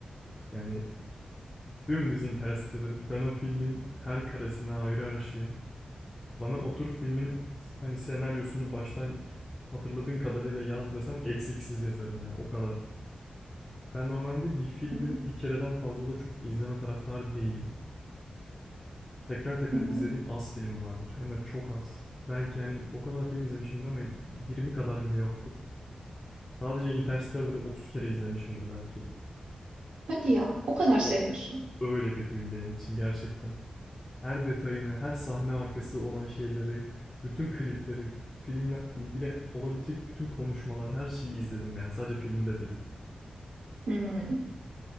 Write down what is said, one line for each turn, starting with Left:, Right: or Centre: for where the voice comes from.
Left: Yani Dümdüz Interstellar. Ben o filmin her karesine ayrı aşığım. Bana otur filmin hani senaryosunu baştan hatırladığın kadarıyla yaz desen eksiksiz yazarım ya o kadar. Ben normalde bir filmi
Right: Hı hı.
Left: bir kereden fazla da çok izleme taraftarı değilim. Tekrar tekrar
Right: Hı
Left: izlediğim
Right: hı.
Left: az film vardır. Hem de çok az. Belki yani o kadar film izlemişimdir ama 20 kadar bile yoktur. Sadece Interstellar'ı 30 kere izlemişimdir belki.
Right: Hadi ya, o kadar seviyorsun.
Left: O öyle bir film benim için gerçekten. her detayını, her sahne arkası olan şeyleri, bütün klipleri, filmle ilgili olabilecek bütün konuşmalar, her şeyi izledim yani sadece filmi de değil.
Right: Hmm.